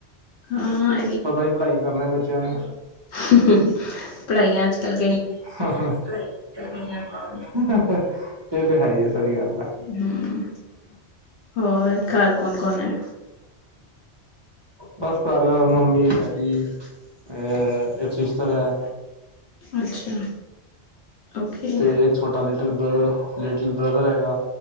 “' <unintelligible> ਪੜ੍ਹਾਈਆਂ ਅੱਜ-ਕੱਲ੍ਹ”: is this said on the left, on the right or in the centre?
Left